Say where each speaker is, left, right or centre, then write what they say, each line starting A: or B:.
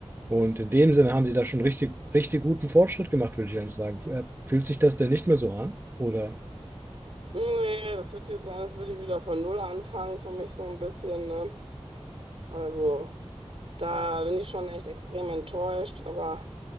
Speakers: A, on the right; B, on the right.
A: Und in dem Sinne haben sie da schon richtig, richtig guten Fortschritt gemacht, würde ich eigentlich sagen. Äh, Fühlt sich das denn nicht mehr so an? Oder?
B: Nee, das wird jetzt sein, als würde ich wieder von Null anfangen für mich so ein bisschen, ne? Also. Da bin ich schon echt extrem enttäuscht, aber